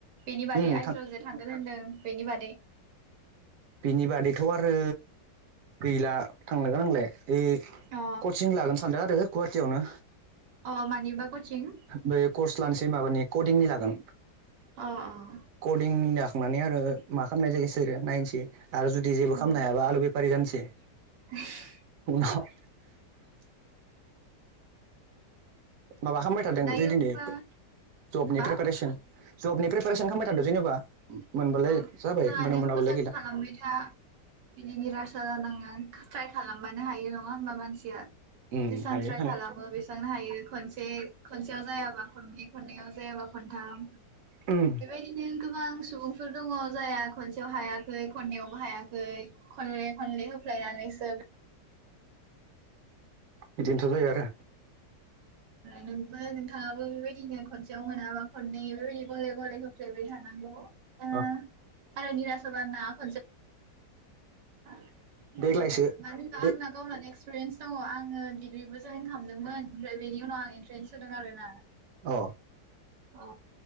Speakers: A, on the right (about 80°); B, on the right (about 65°).
A: बेनि बादै
B: उम
A: आइजलजों
B: थां
A: थांगोन होनदों बेनि बादै?
B: बिनि बादैथ' आरो गैला थांनो गोनांलाय। ए
A: अ
B: कचिं लागोनो सानदों आरो गुवाहाटियावनो।
A: अ मानिबा कचिं
B: बे कर्स लानोसै माबानि कदिंनि लागोन।
A: अ अ
B: कदिंनि लाखांनानै आरो मा खालामनाय जायोसै आरो नायनोसै। आरो जुदि जेबो
A: औ
B: खालामनो हायाबा आलु बेफारि जानोसै।
A: <unintelligible>
B: <unintelligible> माबा खालामबाय थादों
A: दायो
B: जे दिनै
A: होनबा
B: जबनि
A: मा
B: प्रिपारेसन जबनि प्रिपारेसन खालामबाय थादो जेनेबा। मोनबालाय
A: अ
B: जाबाय
A: मोजाङानो
B: ओमफ्राय मोनाबालाय
A: मोजां
B: गैला
A: खालामबाय था बिदिनि रासा जानाङा। ट्राइ खालामबानो हायो नङा होमबा मानसिया
B: उम
A: जेसां
B: हायो
A: ट्राइ
B: हानाय
A: खालामो बेसांनो हायो खनसे खनसेयाव जायाबा खननै खननैयाव जायाबा खन थाम
B: उम
A: बेबायदिनो गोबां सुबुं फोर दङ जायाहा खनसेयाव हायाखै खननैयावबो हायाखै खनले खनले होफ्लायनानैसो
B: बिदिनोथ' जायो आरो।
A: नोंबो नोंथाङाबो बेबायदिनो खनसेयाव मोनाबा खननै बेबायदि गले गले होफ्लेबाय थानांगौ। ओ आरो
B: औ
A: <unintelligible> खनसे अ म
B: देग्लायसो
A: मानो होमबा
B: दे
A: आंना गावना नेक्स एक्सपिरिन्स दङ आङो डिग्रिबो जयन खामदोंमोन ओमफ्राय बेनि उनाव आं एन्ट्रेन्स होदों आरो ना।
B: अ
A: अ